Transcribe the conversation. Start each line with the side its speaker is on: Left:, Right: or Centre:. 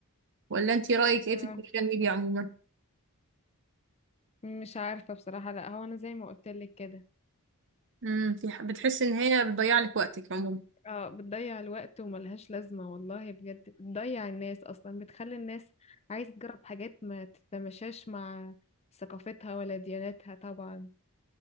Right: ولا انت رأيك ايه
Left: آه،
Right: في السوشيال ميديا عموما؟
Left: مش عارفة بصراحة لا هو انا زي ما قلت لك كده
Right: امم في ح- بتحسي ان هي بتضيع لك وقتك عموما
Left: اه بتضيع الوقت وملهاش لازمة والله بجد بتضيع الناس أصلا بتخلي الناس عايزة تجرب حاجات ما تتماشاش مع ثقافتها ولا دياناتها طبعا